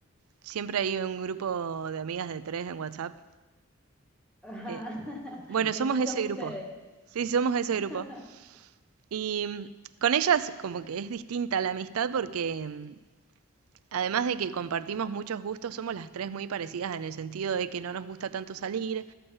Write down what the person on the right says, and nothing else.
siempre hay un grupo de amigas de tres en WhatsApp.
Eh,
bueno, somos
ese
grupo. Sí, somos ese
grupo. Y mm, con ellas como que es distinta la amistad porque mm, Además de que compartimos muchos gustos, somos las tres muy parecidas en el sentido de que no nos gusta tanto salir